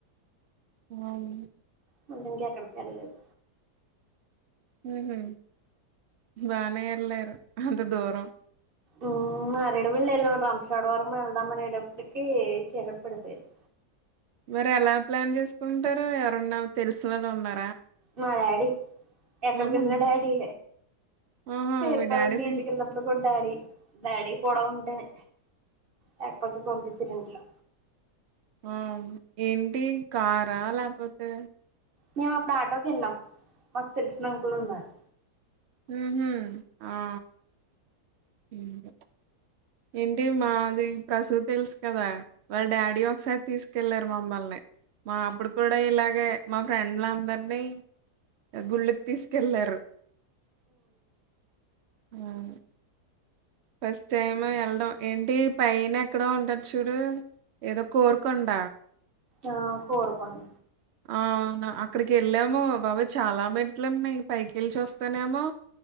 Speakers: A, on the right (about 75°); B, on the right (about 35°).
A: <unintelligible>
B: మళ్ళీ ఇంకెక్కడికీ వెళ్లేదు
A: ఊహూ బానే ఎళ్ళారు అంత దూరం
B: ఊ మారేడు వెల్లి వెళ్ళాం రాంపచోడవరం వెళ్దాం అనేటప్పటికి చీకటి పడిపోయింది
A: మరి ఎలా ప్లాన్ చేసుకుంటారు ఎవరన్నా తెలిసినోళ్ళున్నా
B: మా డాడీ ఎక్కడికెళ్ళినా
A: ఉహు
B: డాడీ
A: ఆహా!
B: పేరుపాళెం
A: మీ డ్యాడీ
B: బీచ్
A: తీస్
B: కి ఎళ్ళినప్పుడు కూడా డాడీ డాడీ కూడా ఉంటేనే లేకపోతే పంపిచ్చరు ఇంట్లో
A: అవును ఏంటి కార్ ఆ లేకపోతే
B: మేం అప్పుడు ఆటోకెళ్ళాం మాకు తెలిసిన అంకుల్ ఉన్నారు
A: ఊహూ ఆ <unintelligible> ఏంటి మాది ప్రసూ తెలుసు కదా వాళ్ళ డాడీ ఒకసారి తీసుకెళ్లారు మమ్మల్ని మా అప్పుడు కూడా ఇలాగే మా ఫ్రెండ్లందరినీ గుళ్ళుకి తీసుకెళ్ళారు అవును ఫస్ట్ టైము ఎళ్ళడం ఏంటి పైన ఎక్కడో ఉంటది చూడు ఏదో కోరుకొండ
B: ఆ కోరుకొండ
A: అవును అక్కడికి వెళ్ళాము బాబోయ్ చాలా మెట్లున్నాయి పైకెళ్ళి చూస్తేనేమో